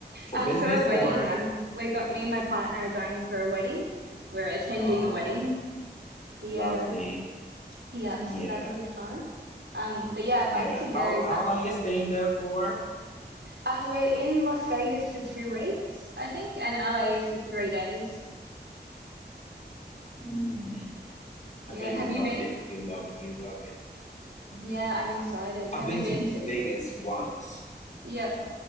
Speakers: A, on the left; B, on the right.
A: For
B: uh
A: business
B: for a wedding.
A: or
B: I'm we got me and my partner are going for a wedding. We're attending
A: oh,
B: a wedding. Yeah.
A: lovely.
B: Yeah,
A: Yeah.
B: so that'll be fun. Um but yeah, I'd
A: Yeah.
B: like to go
A: How how
B: back
A: long
B: to
A: you staying there for?
B: Uh, we're in Las Vegas for two weeks, I think, and LA for three days.
A: Mm, I
B: Yeah.
A: bet you
B: Have
A: love
B: you been?
A: it. You love you love it.
B: Yeah, I'm excited.
A: I've
B: Have
A: been
B: you been
A: to
B: to
A: Vegas
B: either?
A: once.
B: Yeah.